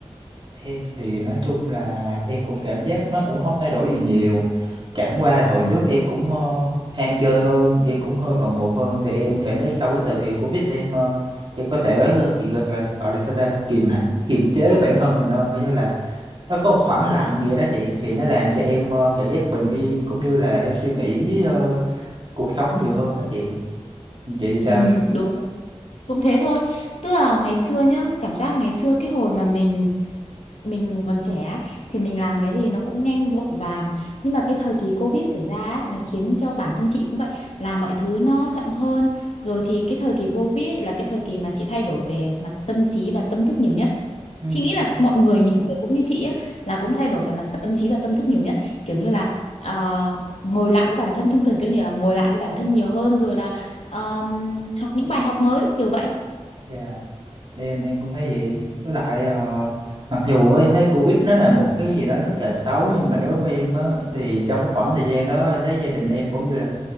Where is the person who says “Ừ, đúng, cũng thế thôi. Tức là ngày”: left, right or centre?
Left